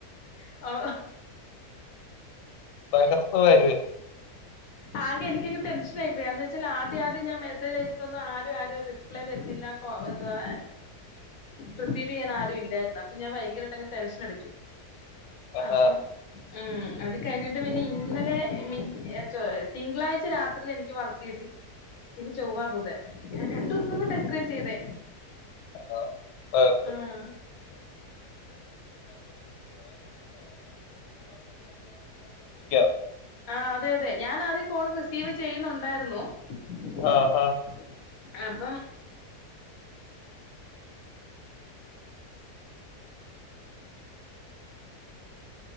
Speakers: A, on the left; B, on the left.
A: ഓ
B: തകർത്ത് വരുവാ
A: ആകെ എനിക്കങ്ങ് ടെൻഷൻയി പോയി എന്ന് വെച്ചാൽ ആദ്യം ആദ്യം ഞാൻ മെസ്സേജ് അയച്ചിട്ട് തന്ന ആരും ആരും റിപ്ലൈ തരുന്നില്ല എന്തുവാ റിസീവ് ചെയ്യാൻ ആരും ഇല്ലായിരുന്നു അപ്പൊ ഞാൻ ഭയങ്കരമായിട്ട് അങ്ങ് ടെൻഷൻ അടിച്ചു
B: ആഹാ
A: അപ്പം ഉം അത് കഴിഞ്ഞിട്ട് പിന്നെ ഇന്നലെ മി - തിങ്കളാഴ്ച രാത്രിയിൽ എനിക്ക് വർക്ക് കിട്ടി ഇനി ചൊവ്വാ ബുധൻ ഞാൻ രണ്ടു ദിവസം കൊണ്ട് ഇത്രയും ചെയ്തേ
B: ആഹ
A: ആഹ്
B: !
A: !
B: !!!!!!!!!!!!!!!!!!!
A: !!!!!!!!!
B: ആഹാ
A: !!!!!!!!!!